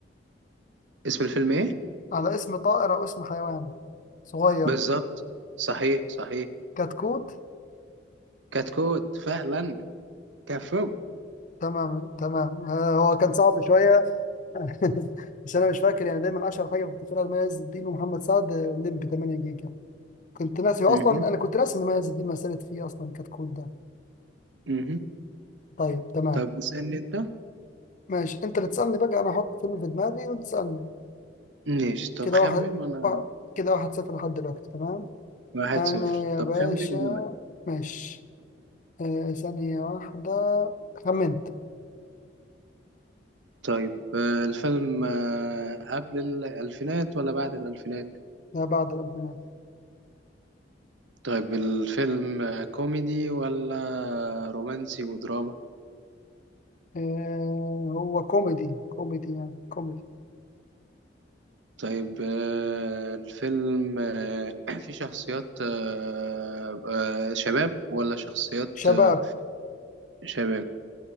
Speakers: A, on the right (about 85°); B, on the left (about 45°).
A: اسم الفيلم ايه؟
B: على اسم طائر أو اسم حيوان صغير
A: بالظبط صحيح صحيح
B: كتكوت
A: كتكوت فعلا كفو
B: تمام تمام آه، هو كان صعب شوية <laughs> مش أنا مش فاكر يعني دايما أشهر حاجة بفتكرها لما عز الدين ومحمد سعد آه، الليمبي 8 جيجا كنت ناسي هو
A: مهم.
B: أصلا أنا كنت ناسي إن ما عز الدين مثلت فيه أصلا كتكوت ده
A: مهم.
B: طيب تمام
A: طب اسألني انت
B: ماشي انت اللي تسألني بقى انا هحط فيلم في دماغي وانت تسألني
A: ماشي طب
B: كده
A: خمن
B: واحد
A: وانا
B: وا- كده واحد صفر لحد دلوقتي تمام
A: واحد
B: انا
A: صفر
B: يا
A: طب
B: باشا
A: خمن وانا واحد
B: ماشي آه ثانية واحدة خمنت
A: طيب آه، الفيلم آه، قبل الألفينات ولا بعد الألفينات
B: لا بعد البنات
A: طيب الفيلم آه، كوميدي ولا رومانسي ودراما
B: آه هو كوميدي كوميدي يعني كوميدي
A: طيب آه، الفيلم آه، <clears throat> فيه شخصيات آه، آه، شباب ولا شخصيات
B: شباب
A: آه، شباب